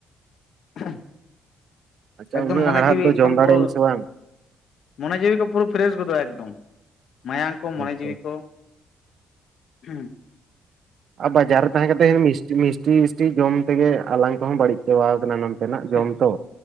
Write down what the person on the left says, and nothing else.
<unintelligible>
ᱮᱠᱫᱚᱢ
ᱢᱚᱱᱮ
ᱡᱤᱣᱤ
ᱮᱠᱫᱚᱢ
ᱯᱩᱨᱟᱹ
ᱢᱚᱱᱮ ᱡᱤᱣᱤ ᱠᱚ ᱯᱩᱨᱟᱹ ᱯᱷᱨᱮᱥ ᱜᱚᱫᱚᱜᱼᱟ ᱮᱠᱫᱚᱢ ᱢᱟᱭᱟᱝ ᱠᱚ ᱢᱚᱱᱮ
ᱡᱤᱣᱤ ᱠᱚ ᱦᱩᱸ
ᱦᱮᱸ